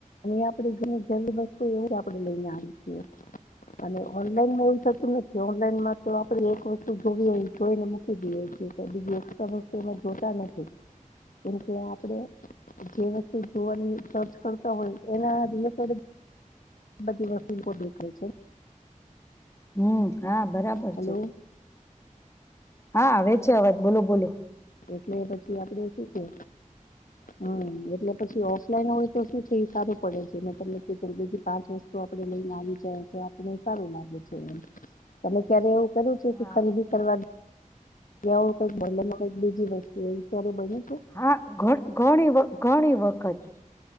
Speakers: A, on the left; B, on the left.
A: આપે ઘણી જરૂર વસ્તુ એવું જ આપણે લઈને આવી છીએ. અને ઓનલાઈનમાં એવું થતું નથી ઓનલાઈનમાં તો આપે એક વસ્તુ જો હો જોઈને મૂકી દઈએ છીએ. બીજી એકસ્ટા વસ્તુઓ સેમ એમાં જોતા નથી્. કેમ કે આપડે જે વસ્તુ જોવાની. હોય તોજ કરતા હોય એના રિલેટેડ બધી વસ્તુઓ દેખાય છે.
B: હમ. હા બરાબર
A: હલો
B: છે. હા, આવે છે. અવાજ બોલો બોલો.
A: મે પછી આપડે શું છે. હમ એટલે પછી ઓફલાઈન હોય તો શું છે. સારું પડે છે. મેતમને કીધું એમ બીજી પાંચ વસ્તુ આપ લઈને આવી જાય તો આપ સારું લાગે છે. તમે ક્યારે એવું કર્યું
B: હા
A: છે. કે ખરીદી કરવાની એવું કઈક બન્યું છે કઈક બીજી વસ્તુ એ વિચારે બધું.
B: હા ઘ ઘણી ઘણી વખત.